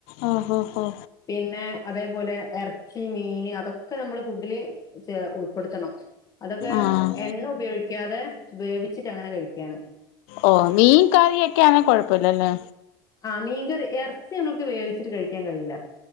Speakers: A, on the left; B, on the left.
A: ആഹ് ഓഹോ ഹോ
B: പിന്നെ അതേപോലെ ഇറച്ചി മീൻ അതൊക്കെ നമ്മള് ഫുഡില് ചെ ഉ പ്പെടുത്തണം അതൊക്കെ
A: ആഹ്
B: എണ്ണ ഉപയോഗിക്കാതെ വേവിച്ചിട്ട് അങ്ങനെ കഴിക്കും ക്കെയാണ്
A: ഓ മീൻ കറിയൊക്കെ ആണെ കൊഴപ്പല്ലല്ലേ
B: ആ മീൻകറി ഇറച്ചി നമുക്ക് വേവിച്ചിട്ട് കഴിക്കാൻ കഴിയില്ല